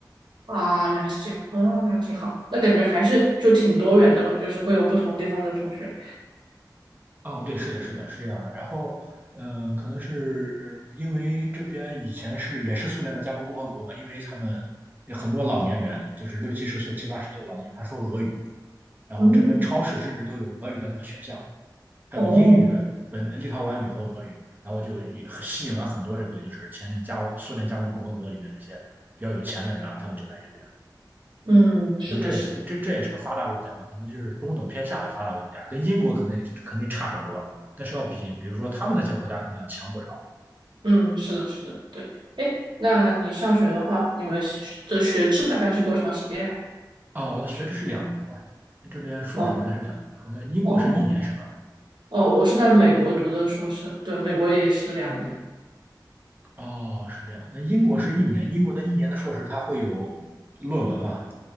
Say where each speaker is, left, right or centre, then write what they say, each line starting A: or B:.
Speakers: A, on the right; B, on the right.
A: 啊，原来是这样，啊，那挺好，那感觉还是就挺多元的吧，就是会有不同地方的同学。
B: 哦，对，是的，是的，是这样的。然后，嗯、可能是呃因为这边以前是也是苏联的加盟共和国嘛，因为他们有很多老年人，就是六七十岁、七八十岁的老年人，他说俄语，然后这边超市甚至都有俄语的那个选项。
A: 嗯，
B: 还有英语、
A: 哦，
B: 本立陶宛语和俄语，然后就也吸引了很多这个就是前加苏联加盟共和国里面那些比较有钱的人啊，他们就来这边，
A: 嗯，是的，
B: 因为这也是这这也是个发达国家嘛，
A: 是，
B: 可能就是中等偏下的发达国家，跟英国可能肯定差很多，但是要比比如说他们那些国家肯定要强不少。
A: 嗯，是的，是的，对。哎，那你上学的话，你们学的学制大概是多长时间呀？
B: 哦，我的学制是两年吧，这边硕士好像是两年，
A: 哦，
B: 好像英国是一年是吧？
A: 哦，哦，我是在美国读的硕士，对，美国也是两年。
B: 哦，是这样。那英国是一年，英国的一年的硕士它会有论文吗？